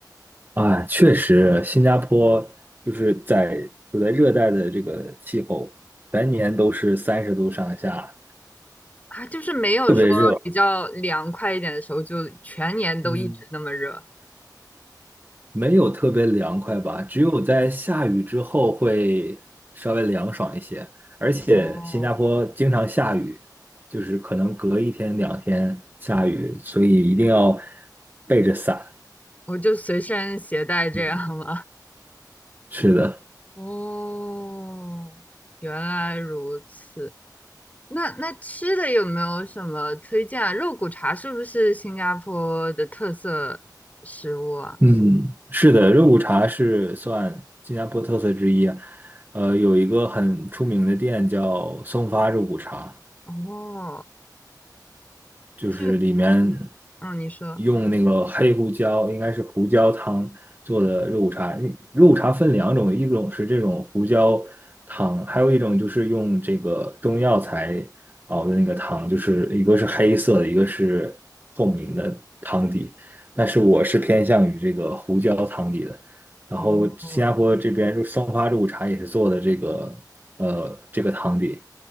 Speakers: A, on the right; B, on the left.
A: 啊！确实，新加坡就是在处在热带的这个气候，全年都是三十度上下，
B: 啊，就是没有说比较凉快一点的时候，
A: 特别热，
B: 就全年都一直那么热？
A: 嗯，没有特别凉快吧，只有在下雨之后会稍微凉爽一些。而且新加坡经常下雨，
B: 哦，
A: 就是可能隔一天两天下雨，所以一定要备着伞。
B: 我就随身携带这样吗？
A: 嗯，是的。
B: <laughs> 哦，原来如此。那那吃的有没有什么推荐啊？肉骨茶是不是新加坡的特色食物啊？
A: 嗯，是的，肉骨茶是算新加坡特色之一啊呃，有一个很出名的店叫松发肉骨茶，
B: 哦，
A: 就是里面
B: 就嗯，你说，
A: 用那个黑胡椒，应该是胡椒汤做的肉骨茶。肉骨茶分两种，一种是这种胡椒汤，还有一种就是用这个中药材熬的那个汤，就是一个是黑色的，一个是透明的汤底。但是我是偏向于这个胡椒汤底的。然后新加坡这边就松花肉骨茶也是做的这个呃这个汤底，
B: 哦